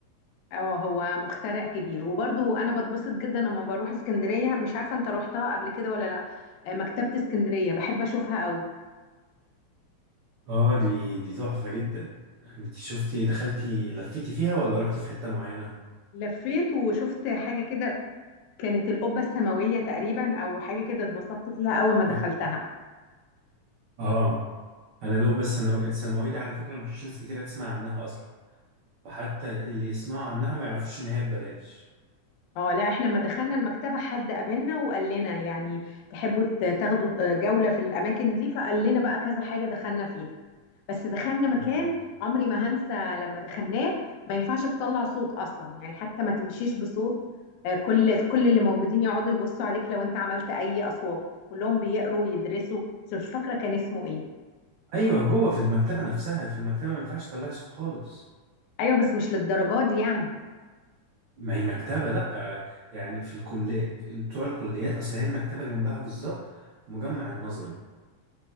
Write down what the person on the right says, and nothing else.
اه دي دي تحفة جدا انت شفتي دخلتي لفيتي فيها ولا رحتي في حتة معينة؟
اه آه. انا لو بس انا الثانوية دي على فكرة مفيش ناس كتيرة تسمع عنها اصلا وحتى اللي يسمعوا عنها ما يعرفوش ان هي ببلاش
مم.
ايوه جوه في المكتبة نفسها في المكتبة ما ينفعش تطلعي صوت خالص
ما هي مكتبة لا آه، يعني في الكلية بتوع الكليات اصل هي المكتبة جنبها بالظبط مجمع النظري